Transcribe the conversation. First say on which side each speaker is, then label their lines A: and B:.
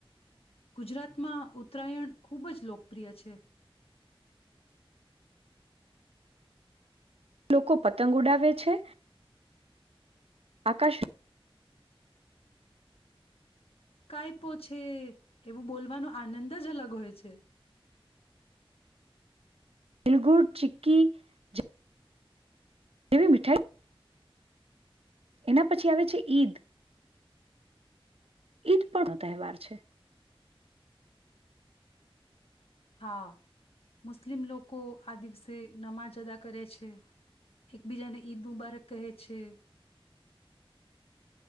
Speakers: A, on the left; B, on the right.
A: ગુજરાતમાં ઉત્તરાયણ ખૂબ જ લોકપ્રિય છે.
B: લોકો પતંગ ઉડાવે છે, આકાશ
A: કાયપો છે એવું બોલવાનો આનંદ જ અલગ હોય છે.
B: એલગુડ ચિકિ જ એવી મીઠાઈ એના પછી આવે છે ઈદ ઈદ પણનો તહેવાર છે.
A: હા. મુસ્લિમ લોક લોકો આ દિવસે નમાજ અદા કરે છે, એકબીજાને ઈદ મુબારક કહે છે.